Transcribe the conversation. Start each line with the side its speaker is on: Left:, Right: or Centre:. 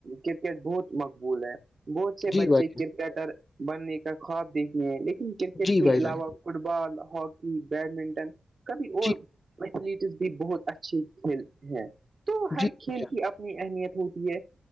Right: کرکٹ بہت مقبول ہے بہت سے
Left: جی
Right: بچے
Left: بھائی جان
Right: کرکٹر بننے کا خواب دیکھتے ہیں لیکن کرکٹ
Left: جی
Right: کے
Left: بھائی
Right: علاوہ
Left: جان
Right: فٹ بال ہاکی بیڈمنٹن کبھی اور
Left: جی
Right: ایھلیس بھی بہت اچھے کھیل ہیں تو ہر
Left: جی بھائی
Right: کھیل
Left: جان
Right: کی اپنی اہمیت ہوتی ہے